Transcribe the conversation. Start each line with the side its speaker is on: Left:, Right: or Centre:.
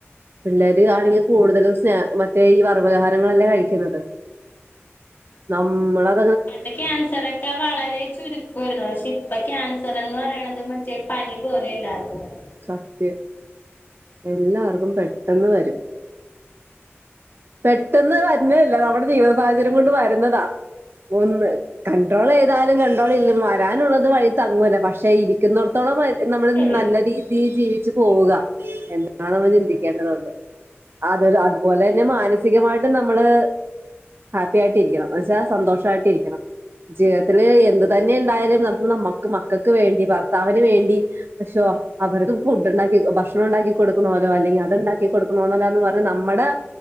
Right: പിളേളര് ആണെങ്കി കൂടുതലും സ്നാ മറ്റേ ഈ വറവ് ആഹാരങ്ങളല്ലേ കഴിക്കണത് നമ്മളെ
Left: പണ്ടെക്കെ ക്യാൻസറെ ഒക്കെ വളരെ ചുരുക്കായിരുന്നു പക്ഷെ ഇപ്പ ക്യാൻസർ എന്ന് പറയണത് മറ്റേ പനി പോലെ എല്ലാവർക്കും വരണതെ
Right: സത്യ എല്ലാർക്കും പെട്ടെന്ന് വരും. പെട്ടെന്ന് വരുന്നല്ല നമ്മുടെ ജീവിത സാഹചര്യം കൊണ്ട് വരുന്നതാ ഒന്ന് കൺണ്ട്രോളു ചെയ്താലും കണ്ട്രോൾ ഇല്ല വരാനുള്ളത് വഴീ തങ്ങൂല്ല പക്ഷെ ഇരിക്കുന്നിടത്തോളം വരു
Left: അത്
Right: നമ്മള്
Left: ശരിയാ
Right: നല്ല രീതി ജീ ജീവിച്ചു പോവുക എന്നാണ് നമ്മൾ ചിന്തിക്കേണ്ടതതെ അതെ അത് ഒലെനെ മാനസികമായിട്ടും നമ്മള് ഹാപ്പി ആയിട്ട് ഇരിക്കണം എന്നെച്ചാൽ സന്തോഷായിട്ടിരിക്കണം ജീവിതത്തില് എന്ത് തന്നെ ഉണ്ടായാലും നമ നമ്മുക്ക് മക്കൾക്ക് വേണ്ടി ഭർത്താവിന് വേണ്ടി പക്ഷോ അവർക്ക് ഫുഡ്ണ്ടാക്കി ഭക്ഷണം ഉണ്ടാക്കി കൊടുക്കണമല്ലോ അല്ലെങ്കിൽ അതുണ്ടാക്കി കൊടുക്കണോന്നല്ലന്ന് പറ നമ്മടെ